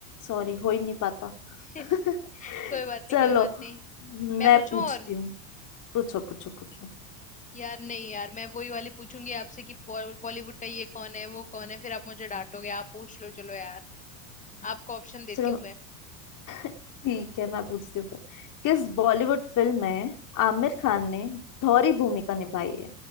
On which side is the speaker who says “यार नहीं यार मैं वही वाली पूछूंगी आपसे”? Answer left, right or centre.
Left